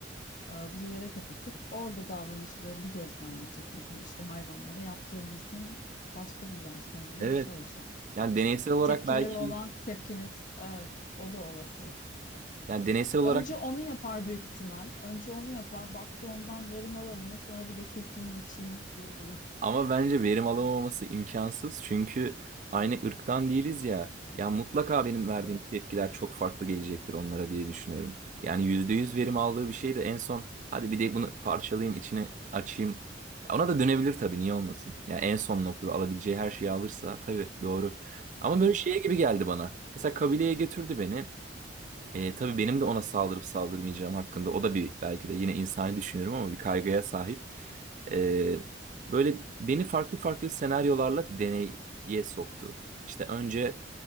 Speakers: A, on the left (about 45°); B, on the right (about 40°).
A: e, bir yere kapatıp orada davranışlarını gözlemleyecek. Bizim işte hayvanlara yaptığımızın başka bir versiyonu gibi
B: Evet.
A: bir şey olacak.
B: Yani
A: İşte
B: deneysel olarak
A: tepkileri
B: belki
A: olan tepkimiz evet o da olası.
B: yani deneysel olarak
A: Önce onu yapar büyük ihtimal. Önce onu yapar. Baktı ondan verim alamıyor. Sonra bir de keseyim biçeyim diyebilir.
B: Ama bence verim alamaması imkansız. Çünkü aynı ırktan değiliz ya. Ya mutlaka benim verdiğim
A: Evet.
B: tepkiler çok farklı gelecektir onlara diye düşünüyorum. Yani %100 verim aldığı bir şey de en son hadi bir de bunu parçalayayım içine açayım. Ya ona da dönebilir tabii niye olmasın. Ya en son noktada alabileceği her şeyi alırsa tabii doğru. Ama
A: Tabii.
B: böyle şeye gibi geldi bana. Mesela kabileye götürdü beni. E, tabii benim de ona saldırıp saldırmayacağım hakkında o da bir belki de yine insani düşünüyorum ama bir kaygıya sahip. E, böyle beni farklı farklı senaryolarla deneye soktu. İşte önce